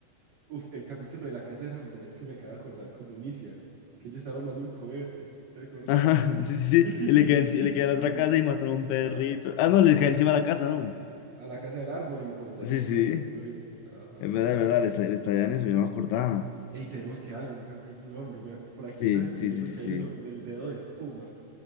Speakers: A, on the right; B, on the left.
A: Uf, el capítulo de la casa de árboles que me acabo de acordar cómo inicia. Que ellos están armando un cohete. ¿Te acordás?
B: Ajá, <laughs> sí, sí,
A: <laughs> Y-
B: sí. Y le cae, enci- le cae a la otra
A: y-
B: casa
A: y-
B: y mataron a un perrito.
A: a,
B: Ah, no, le cae encima de la casa, ¿no?
A: a la casa del árbol y por eso la
B: Sí,
A: tienen
B: sí.
A: que reconstruir. Ajá.
B: Es verdad, es verdad, le está, le estallan eso, yo no me acordaba.
A: Ey, tenemos que algún capítulo, hombre. me- por
B: Sí,
A: aquí también estoy
B: sí,
A: viendo
B: sí, sí,
A: que
B: sí.
A: hay uno del dedo de espuma.